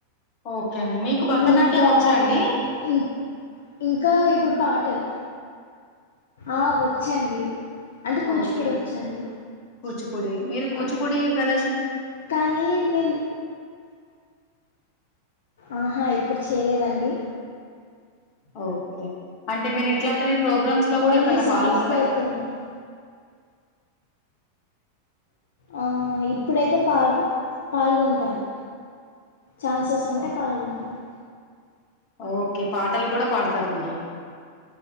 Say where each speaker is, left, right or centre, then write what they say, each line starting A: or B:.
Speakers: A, on the left; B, on the left.
A: ఓకే అండి మీకు భరతనాట్యం
B: ఇంకా
A: వచ్చా అండి
B: ఏం ఇం ఇంకా ఇప్పుడు పాటలు ఆ వచ్చండి అంటే కూచిపూడి
A: ఓకే
B: వచ్చండి
A: కూచిపూడి మీరు కూచిపూడి ప్రద
B: కానీ నేను ఆహా ఎప్పుడు చేయలేదండి
A: ఓకే అంటే మీరు ఇట్లాంటిది ప్రోగ్రామ్స్ లో కూడా
B: ఓన్లీ
A: ఎప్పుడన్న
B: సమ్మర్స్కే
A: పాల్గొంటార
B: వెళ్తుంటాను ఆ ఇప్పుడైతే పాల్ పాల్గొంటాను ఛాన్సెస్ ఉంటే
A: ఓ-
B: పాల్గొంటాను
A: ఓకే పాటలు కూడా పాడతారు మీరు